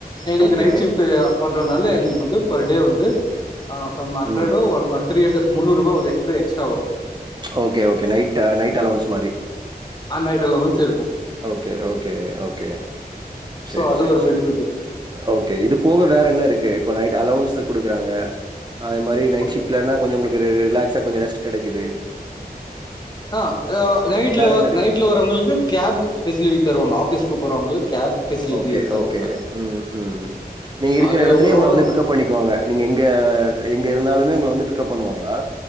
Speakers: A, on the left; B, on the right.
A: எங்களுக்கு
B: ஓகே.
A: நைட் ஃஷிப்ட்டு பண்றத்னால எங்ளுக்கு வந்து பர் டே வந்து அ சம் அண்ட்ரடோ
B: ம்.
A: ஒன் அ த்ரீ அன்ட்ர முன்னுருபா கொஞ் எத் எக்ஸ்ட்ரா வரு
B: ஓகே ஓகே நைட நைட் அலொவன்ஸ் மாரி
A: அ நைட் அலொவன்ஸ் இருக்கோ
B: ஓகே ஓகே ஓகே
A: சோ
B: சரி,
A: அது
B: சரி,
A: ஒரு பெனிஃபிட்டு
B: சரி. ஓகே இது போக வேற என்னருக்கு இப்ப நைட் அலொவன்ஸு குடுக்குறாங்க அது மாரி நைட்
A: ஓகே
B: ஃஷிப்ட்லனா கொஞ்சு உங்ளுக்கு ரி ரிலாக்ஸா கொஞ்சு ரெஸ்ட் கெடைக்கிது
A: அ அ நைட்ல வர்
B: என்ன இருக்கு?
A: நைட்ல வரவங்களுக்கு கேபு ஃபெசிலிட்டி தருவாங்க ஆஃபிஸ்க்கு போறவங்ளுக் கேப் ஃபெசிலிட்டி
B: ஓகே
A: தருவாங்க
B: ஓகே ம் ம் நீங்க இருக்கிற
A: அதுக்கப்புறம்
B: எடத்துலே உங்கள வந்து பிக்கப் பண்ணிக்குவாங்க நீங்க எங்க அ இது எங்க இருந்தாலுமே உங்கள வந்து பிக் அப் பண்ணுவாங்களா